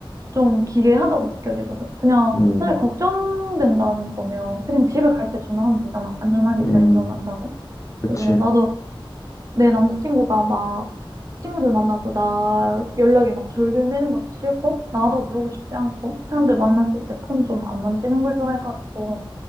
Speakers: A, on the right; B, on the left.
A: 좀 기괴하다고 느껴지거든. 그냥
B: 음,
A: 사실 걱정된다는 거면 그냥 집에 갈 때 전화하면 되잖아. 안전하게
B: 음,
A: 잘 들어간다고.
B: 그치.
A: 그래서 나도 내 남자친구가 막 친구들 만나서 나 연락에 막 절들 매는 것도 싫고 나도 그러고 싶지 않고 사람들 만났을 때 폰 좀 안 만지는 걸 좋아해가지고